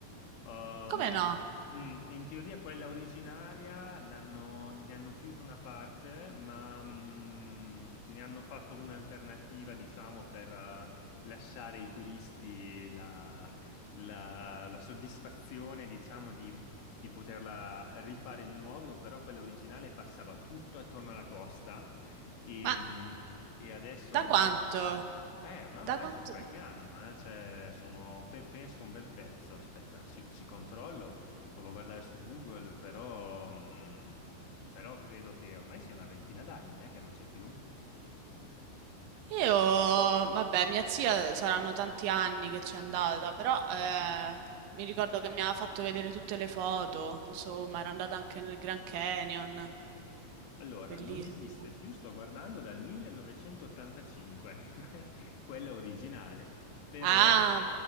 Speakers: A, on the left; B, on the right.
A: Um,
B: come no?
A: mm, in teoria quella originaria l'hanno, gli hanno chiuso una parte, ma mm, ne hanno fatto un'alternativa, diciamo, per eh, lasciare ai turisti la, la- la soddisfazione, diciamo, di, di poterla rifare di nuovo, però quella originale passava tutto attorno alla costa e,
B: Ma
A: mm, e adesso
B: da
A: ormai...
B: quanto?
A: Eh, no,
B: Da
A: ormai
B: quanto
A: sono qualche anno, eh, cioè, sono, pe- penso un bel pezzo, aspetta, ci, ci controllo, provo a guardare su Google, però, mh, però credo che ormai sia una ventina d'anni, eh, che non c'è più.
B: io vabbè, mia zia saranno tanti anni che c'è andata, però, ehm, mi ricordo che mi aveva fatto vedere tutte le foto, insomma, era andata anche nel Grand Canyon.
A: Allora,
B: Bellissimo.
A: non esiste più, sto guardando dal 1985, <laughs> quella originale, però,
B: Ah,